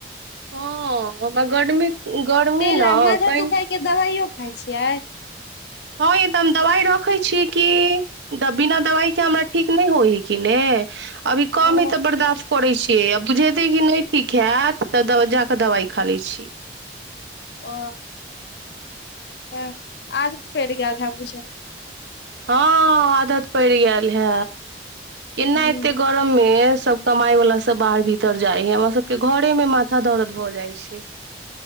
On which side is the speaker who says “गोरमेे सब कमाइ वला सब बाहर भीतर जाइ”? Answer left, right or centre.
Right